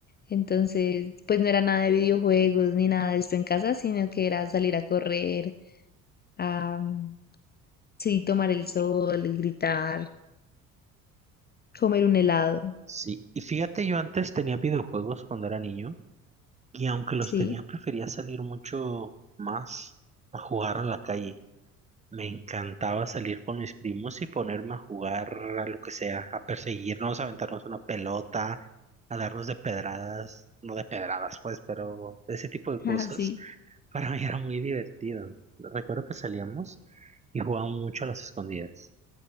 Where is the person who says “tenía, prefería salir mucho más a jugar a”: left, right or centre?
Right